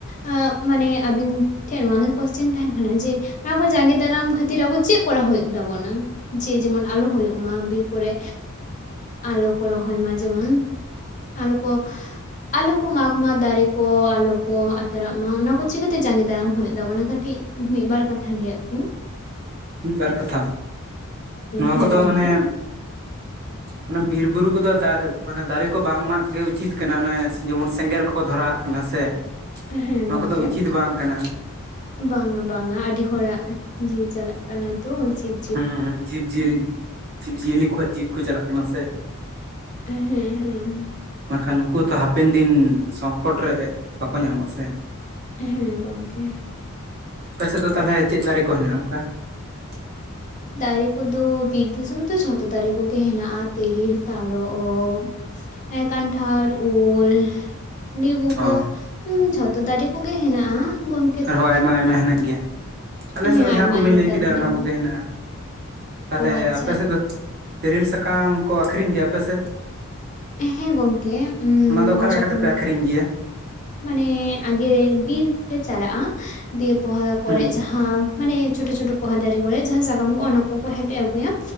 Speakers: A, on the left (about 35°); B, on the right (about 50°).
A: ᱮᱻ ᱢᱟᱱᱮ ᱟᱹᱵᱤᱱ ᱴᱷᱮᱱ ᱱᱚᱣᱟ ᱜᱮ ᱠᱚᱥᱪᱮᱱ ᱛᱟᱦᱮᱱ ᱠᱟᱱᱟ ᱡᱮ ᱱᱚᱣᱟ ᱠᱚ ᱡᱟᱸᱜᱮ ᱫᱟᱨᱟᱢ ᱠᱷᱟᱹᱛᱤᱨ ᱟᱵᱚ ᱪᱮᱫ ᱠᱚᱨᱟᱣ ᱦᱩᱭᱩᱜ ᱛᱟᱵᱚᱱᱟ ᱡᱮ ᱡᱮᱢᱚᱱ ᱟᱞᱚ ᱦᱩᱭᱩᱜ ᱢᱟ ᱵᱤᱨ ᱠᱚᱨᱮ ᱟᱞᱚ ᱠᱚ ᱨᱚᱦᱚᱭ ᱢᱟ ᱡᱮᱢᱚᱱ ᱟᱞᱚ ᱠᱚ ᱟᱞᱚ ᱠᱚ ᱢᱟᱜᱽ ᱢᱟ ᱫᱟᱨᱮ ᱠᱚ ᱟᱞᱚ ᱠᱚ ᱟᱛᱟᱨᱟᱜ ᱢᱟ ᱚᱱᱟ ᱠᱚ ᱪᱤᱠᱟᱹ ᱛᱮ ᱡᱟᱸᱜᱮ ᱫᱟᱨᱟᱢ ᱦᱩᱭᱩᱜ ᱛᱟᱵᱚᱱᱟ ᱠᱟᱹᱴᱤᱡ ᱢᱤᱫ ᱵᱟᱨ ᱠᱟᱛᱷᱟ ᱞᱟᱹᱭᱟᱜ ᱠᱚ
B: ᱢᱤᱫᱵᱟᱨ ᱠᱟᱛᱷᱟ ᱱᱚᱣᱟ
A: ᱦᱮᱸ
B: ᱠᱚᱫᱚ
A: ᱜᱚᱢᱠᱮ
B: ᱢᱟᱱᱮ ᱢᱟᱱᱮ ᱵᱤᱨ ᱵᱩᱨᱩ ᱠᱚᱫᱚ ᱫᱟᱨᱼᱼ ᱢᱟᱱᱮ ᱫᱟᱨᱮ ᱠᱚ ᱵᱟᱝ ᱢᱟᱜ ᱜᱮ ᱩᱪᱤᱛ ᱠᱟᱱᱟ ᱚᱱᱮ ᱡᱮᱢᱚᱱ ᱥᱮᱸᱜᱮᱞ ᱠᱚᱠᱚ ᱫᱷᱚᱨᱟᱜ ᱠᱟᱱᱟ ᱥᱮ
A: ᱦᱮᱸ
B: ᱱᱚᱣᱟ
A: ᱜᱚᱝᱠᱮ
B: ᱠᱚᱫᱚ ᱩᱪᱤᱛ ᱵᱟᱝ ᱠᱟᱱᱟ
A: ᱵᱟᱝᱟ ᱵᱟᱝᱟ ᱟᱹᱰᱤ ᱦᱚᱲᱟᱜ ᱡᱤᱣᱤ ᱪᱟᱞᱟᱜ ᱠᱟᱱᱟ ᱛᱚ ᱡᱤᱵᱼᱼ
B: ᱦᱮᱸ ᱦᱮᱸ ᱡᱤᱵᱽᱼᱡᱤᱭᱟᱹᱞᱤ ᱡᱤᱵᱽ-ᱡᱤᱭᱟᱹᱞᱤ ᱠᱚᱣᱟᱜ ᱡᱤᱣᱤ ᱠᱚ ᱪᱟᱞᱟᱜ ᱠᱟᱱᱟ ᱥᱮ
A: ᱮᱻ ᱦᱮᱸ ᱦᱮᱸ
B: ᱵᱟᱝᱠᱷᱟᱱ ᱩᱠᱩ ᱛᱚ ᱦᱟᱯᱮᱱ ᱫᱤᱱ ᱥᱚᱝᱠᱚᱴ ᱨᱮ ᱵᱟᱠᱚ ᱧᱟᱢᱚᱜᱼᱟ ᱥᱮ
A: ᱦᱮᱸ ᱜᱚᱝᱠᱮ
B: ᱟᱯᱮ ᱥᱮᱫ ᱫᱚ ᱛᱟᱦᱞᱮ ᱪᱮᱫ ᱫᱟᱨᱮ ᱠᱚ ᱦᱮᱱᱟᱜᱼᱟ ᱚᱝᱠᱟ <inaudible>
A: ᱫᱟᱨᱮ ᱠᱚᱫᱚ ᱵᱤᱨ ᱫᱤᱥᱚᱢ ᱛᱚ ᱡᱷᱚᱛᱚ ᱫᱟᱨᱮ ᱠᱚᱜᱮ ᱦᱮᱱᱟᱜᱼᱟ ᱛᱤᱨᱤᱞ ᱛᱟᱨᱚᱵ ᱮᱸᱻ ᱠᱟᱱᱴᱷᱟᱲ ᱩᱞ ᱞᱤᱵᱩ
B: ᱚ
A: ᱠᱚ ᱩᱸᱻ ᱡᱷᱚᱛᱚ ᱫᱟᱨᱮ ᱠᱚᱜᱮ ᱦᱮᱱᱟᱜᱼᱟ ᱜᱚᱝᱼᱼ
B: ᱟᱨᱦᱚᱸ ᱟᱭᱢᱟ ᱟᱭᱢᱟ ᱦᱮᱱᱟᱜ ᱜᱮᱭᱟ ᱟᱞᱮ
A: ᱦᱮᱸ
B: ᱥᱮᱫ ᱦᱚᱸ ᱡᱟᱦᱟᱸ
A: ᱟᱭᱢᱟ
B: ᱠᱚ
A: ᱟᱭᱢᱟ
B: ᱵᱤᱱ ᱞᱟᱹᱭ
A: ᱫᱟᱨᱮ
B: ᱠᱮᱫᱟ
A: ᱦᱮᱱᱟᱜ
B: ᱚᱱᱟ ᱠᱚᱜᱮ
A: ᱜᱮᱭᱟ
B: ᱦᱮᱱᱟᱜᱼᱟ ᱛᱟᱦᱚᱞᱮ
A: ᱚ ᱟᱪᱪᱷᱟ
B: ᱟᱯᱮ ᱥᱮᱫ ᱫᱚ ᱛᱤᱨᱤᱞ ᱥᱟᱠᱟᱢ ᱠᱚ ᱟᱹᱠᱷᱨᱤᱧ ᱜᱮᱭᱟ ᱟᱯᱮ ᱥᱮᱫ
A: ᱦᱮᱸ ᱜᱚᱝᱠᱮ
B: ᱚᱱᱟ ᱫᱚ ᱚᱠᱟ ᱞᱮᱠᱟ
A: ᱡᱚᱠᱷᱚᱱ
B: ᱠᱟᱛᱮᱫ ᱯᱮ ᱟᱹᱠᱷᱨᱤᱧ ᱜᱮᱭᱟ
A: ᱢᱟᱱᱮ ᱟᱜᱮ ᱵᱤᱨ ᱞᱮ ᱪᱟᱞᱟᱜᱼᱟ ᱫᱤᱭᱮ ᱯᱚᱦᱟ
B: ᱦᱩᱸ
A: ᱠᱚᱨᱮ ᱡᱟᱦᱟᱸ ᱦᱟᱸᱻ ᱢᱟᱱᱮ ᱪᱷᱳᱴᱳ ᱪᱷᱳᱴᱳ ᱯᱚᱦᱟ ᱫᱟᱨᱮ ᱠᱚᱨᱮ ᱡᱟᱦᱟ ᱥᱟᱠᱟᱢ ᱠᱚᱜᱼᱟ ᱚᱱᱟ ᱠᱚ ᱠᱚ ᱦᱮᱴᱮᱡ ᱟᱹᱜᱩᱭᱟ